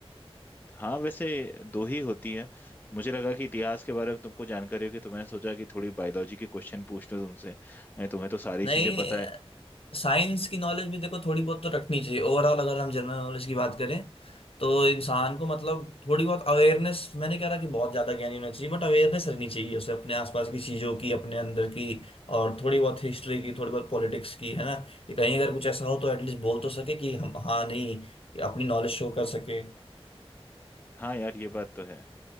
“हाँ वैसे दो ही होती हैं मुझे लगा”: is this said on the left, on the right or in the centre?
Left